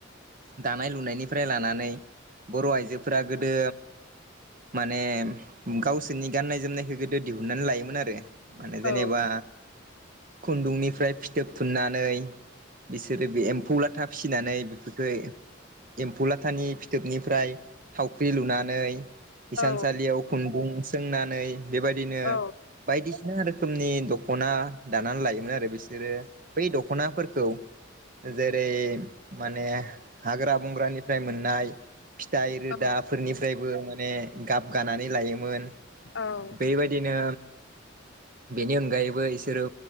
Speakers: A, on the right; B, on the left.
A: दानाय लुनायनिफ्राय लानानै बर' आइजोफोरा गोदो माने गावसोरनि गाननाय जोमनायखौ गोदो दिहुनन्नानै लायोमोन आरो। माने जेनेबा
B: औ
A: खुन्दुंनिफ्राय फिथोब थुननानै, बिसोरो बे एम्फौ लाथा फिसिनानै बे <unintelligible> एम्फौ लाथानि फिथोबनिफ्राय थावख्रि लुनानै हिसानसालियाव
B: औ
A: खुन्दुं सोंनानै बेबायदिनो
B: औ
A: बायदिसि सिना रोखोमनि दख'ना दानानै लायोमोन आरो बिसोरो बै दख'नाफोरखौ जेरै माने हाग्रा बंग्रानिफ्राय मोननाय फिथाइ रोदाफोरनिफ्राय
B: औ
A: बो माने गाब गानानै लायोमोन
B: औ औ
A: बेबायदिनो बेनि अनगायैबो इसोरो